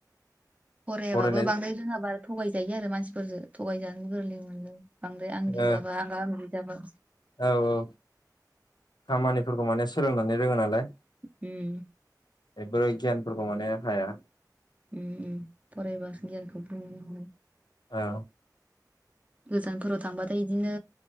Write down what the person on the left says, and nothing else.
फरायनाय
ओ
औ औ खामानिफोरखौ माने सोलोंनानै रोंओनालाय
एफोर गियानफोरखौ माने हाया।
औ